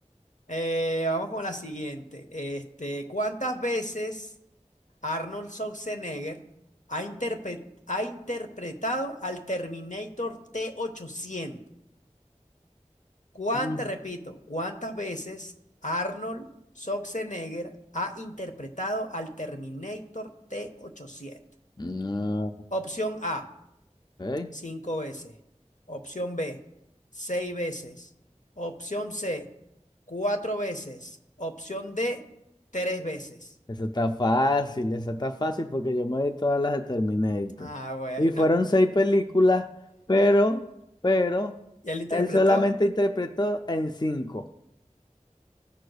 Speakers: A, on the left; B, on the left.
A: Eh, vamos con la siguiente. Este, ¿cuántas veces Arnold Schwarzenegger ha, interpre- ha interpretado al Terminator T-800? ¿Cuántas,
B: Mm.
A: repito, cuántas veces Arnold Schwarzenegger ha interpretado al Terminator T-800?
B: No,
A: Opción A.
B: ok.
A: cinco veces. Opción B, seis veces. Opción C, cuatro veces. Opción D, tres veces.
B: Eso está fácil, eso está fácil porque yo me vi todas las de Terminator.
A: Ah, bueno,
B: Y fueron seis películas, pero, pero,
A: ya lo interpretó.
B: él solamente interpretó en cinco.